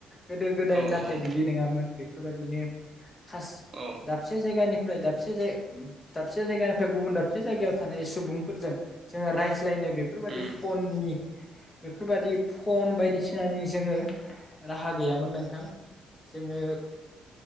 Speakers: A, on the left; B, on the right.
A: गोदो गोदाय
B: औ
A: नाथाय बिदि नोङामोन बेफोरबादिनो खास
B: औ
A: दाबसे जायगानिफ्राय दाबसे जाय दाबसे जायगानिफ्राय गुबुन दाबसे जायगायाव थानाय सुबुंफोरजों जोङो रायज्लायनो बेफोरबायदि
B: उम
A: फन बेफोरबादि फन बायदिसिनानि जोङो राहा गैयामोन नोंथां जोङो